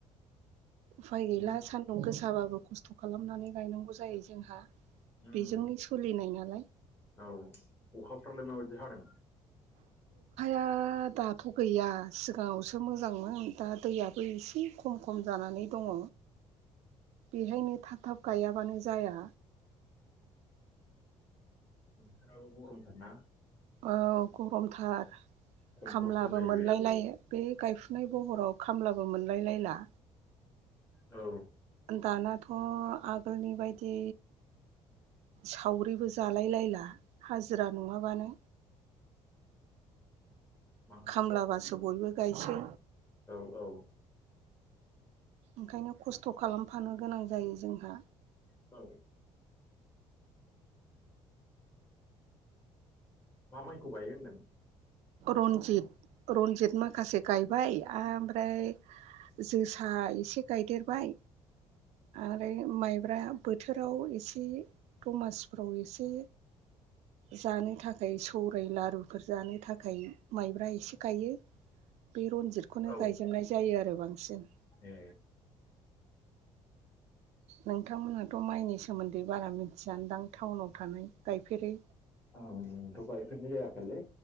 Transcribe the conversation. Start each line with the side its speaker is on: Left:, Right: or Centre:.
Right: उफाय गैला
Left: मोन
Right: सान्दुं गोसाबाबो खस्थ' खालामनानै गायनांगौ जायो जोंहा बेजोंनो
Left: उम
Right: सोलिनाय नालाय
Left: औ अखा फ्रालाय मा बादि हादों
Right: दा दाथ' गैया सिगाङावसो मोजांमोन दा दैयाबो एसे खम- खम जानानै दङ बेहायनो थाब- थाब गायाबानो जाया
Left: बोथोराबो गरमथार ना
Right: औ गरमथार
Left: खम
Right: खामलाबो
Left: खस्थ' जायो
Right: मोनलाय
Left: बे
Right: लायो बे गायफुनाय बहराव खामला बो मोनलायलायला
Left: औ
Right: दानाथ' आगोलनि बायदि सावरिबो जालायलायला हाजिरा नङाबानो
Left: बांसिन
Right: खामलाबासो बयबो गायसै
Left: औ औ
Right: ओंखायनो खस्थ' खालामफानो गोनां जायो जोंहा
Left: औ मा माइखौ गायो होनदों
Right: रनजित -रनजित माखासे गायबाय ओमफ्राय जोसा एसे गायदेरबाय आरो माइब्रा बोथोराव एसे दमासिफ्राव एसे जानो थाखाय सौराय लारु फोर जानो थाखाय माइब्रा एसे गायो बे रनजितखौनो
Left: औ
Right: गायजोबनाय जायो आरो बांसिन
Left: ए
Right: नोंथांमोनहाथ' माइनि सोमोन्दै बारा मिथियादां टाउनाव थानाय गायफेरै
Left: आंथ गायफोरनाय जायाखैलै